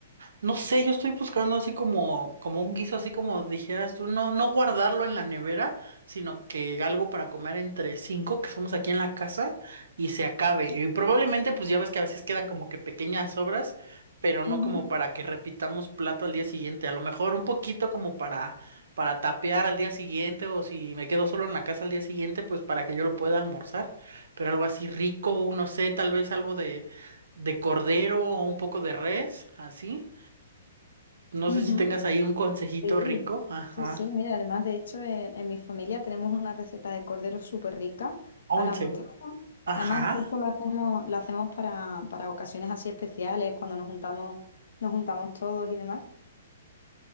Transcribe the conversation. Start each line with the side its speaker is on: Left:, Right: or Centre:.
Right: No sé, yo estoy buscando así como, como un guiso, así como dijeras tú, no, no guardarlo en la nevera, sino que algo para comer entre cinco que somos aquí en la casa y se acabe. Y probablemente, pues ya ves que a veces quedan como que pequeñas sobras, pero no
Left: Ujú,
Right: como para que repitamos plato al día siguiente. A lo mejor un poquito como para, para tapear al día siguiente, o si me quedo solo en la casa al día siguiente, pues para que yo lo pueda almorzar. Pero algo así rico, no sé, tal vez algo de, de cordero o un poco de res, así. No
Left: ujú.
Right: sé si tengas ahí un consejito
Left: Sí,
Right: rico. Ajá.
Left: sí, sí, mira, además de hecho en, en mi familia tenemos una receta de cordero súper rica
Right: Oh,
Left: a la
Right: ¿en serio?
Left: mostaza.
Right: Ajá.
Left: Además justo la hacemos, la hacemos para, para ocasiones así especiales, cuando nos juntamos, nos juntamos todos y demás.